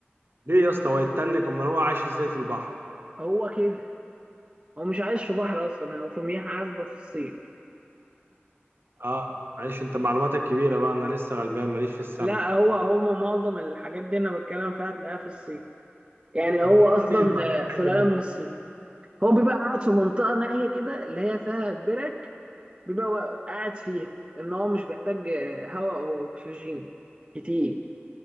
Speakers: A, on the right; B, on the right.
A: ليه يا اسطى هو يتنك امال هو عايش ازاي في البحر
B: هو كده هو مش عايش في بحر أصلا هو في مياه عذبة في الصين
A: اه معلش انت معلوماتك كبيره بقى انا لسه غلبان ماليش في السمك
B: لا هو هو معظم الحاجات دي انا بتكلم فيها هتلاقيها في الصين يعني
A: بتجيبها
B: هو اصلا
A: منين طيب
B: آه، سلاله
A: عايز اجيبها
B: من الصين هو بيبقى قاعد في منطقه نائيه كده اللي هي فيها البرك بيبقى و- قاعد فيها ان هو مش بيحتاج آه، هواء او اكسجين كتير